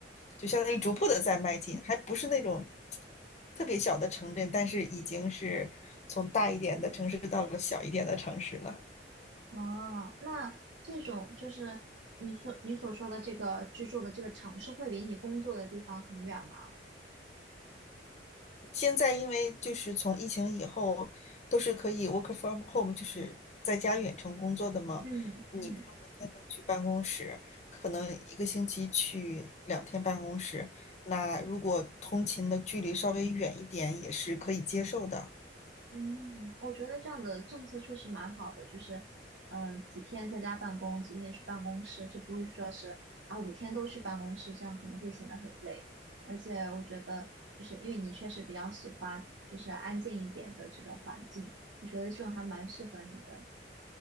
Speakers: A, on the left; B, on the right.
A: 就相当于逐步的在迈进，还不是那种特别小的城镇，但是已经是从大一点的城市到了小一点的城市了。
B: 哦，那这种就是你所你所说的这个居住的这个城市，会离你工作的地方很远吗？
A: 现在因为就是从疫情以后都是可以 work from home，就是在家远程工作的嘛，
B: 嗯嗯。
A: 你不用每天都去办公室，可能一个星期去两天办公室。那如果通勤的距离稍微远一点，也是可以接受的。
B: 嗯，我觉得这样的政策确实蛮好的，就是，嗯、几天在家办公，几天去办公室，就不会说是啊五天都去办公室，这样可能会显得很累。而且我觉得，就是因为你确实比较喜欢就是安静一点的这种环境，我觉得这种还蛮适合你的。